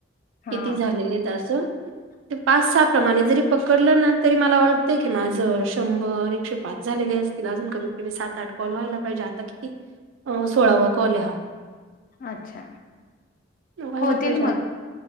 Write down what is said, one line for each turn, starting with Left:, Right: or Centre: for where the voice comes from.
Left: हा
Right: किती झालेलेतं अस.
Left: <inaudible>
Right: ते पाच सहा प्रमाणे जरी पकडलं ना तरी मला वाटतंय की माझं शंभर, एकशे पाच झालेले अस तिला अजून कमीत कमी सात, आठ कॉल व्हायला पाहिजे आता किती सोळावा कॉलये हा.
Left: अच्छा.
Right: व्हायला
Left: होतील
Right: पाहिजे अजून.
Left: मग